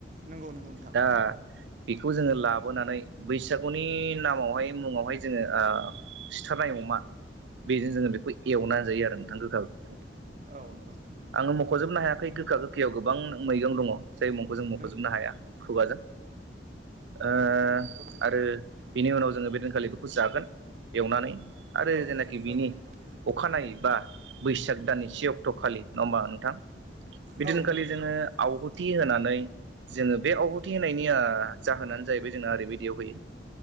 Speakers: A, on the right (about 45°); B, on the right (about 70°).
A: नंगौ नंगौ नोंथां।
B: दा बेखौ जोङो लाबोनानै बैसागुनि नामावहाय मुङावहाय जोङो ओ- सिथारनाय एवो। मा बेजोङो बेखौ एवनानै जायो आरो नोंथां गोखा गोखै।
A: औ नंगौ नोंथां। नंगौ
B: आङो मखजोबनो हायाखै गोखा गोखैयाव गोबां मैगं दङ जाय मुंखौ जों मखजोबनो
A: नंगौ
B: हाया खुगाजों। ओ-आरो
A: नोंथां गोबां
B: बिनि उनाव जोङो बे दिनखालि बेखौ जागोन। एवनानै आरो
A: औ
B: जेनाखि बिनि।
A: औ नोंथां
B: अखानायै बा बैसाग दाननि से अक्ट'खालि नङा हबा नोंथां। बिदिनोखालि
A: औ नंगौ थारैनो
B: जोङो
A: नोंथां
B: आवहुथि होनानै। ओमफाय जोङो बे आवहुथि होनायनि ओ जाहोनानो जाहैबाय जोंना ओरैबायदियाव होयो।